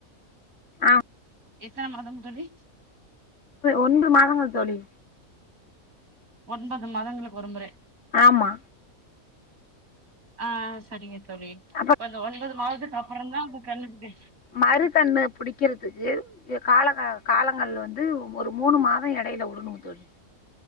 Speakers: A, on the left; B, on the right.
A: ஆ
B: எத்தன மாதம் தோழி
A: ஒன்று மாதங்கள் தோழி
B: ஒன்பது மாதங்களுக்கு ஒருமுறை
A: ஆமா
B: ஆ செரிங்க தோழி
A: அப்ப
B: இப்ப இந்த ஒன்பது மாதத்துக்கு அப்புறந்தா அந்த கன்னுக்குட்டி
A: மறுகண்ணு புடிக்கிறதுக்கு காலக காலங்கள் வந்து ஒரு மூணு மாதம் இடையில விடனும் தோழி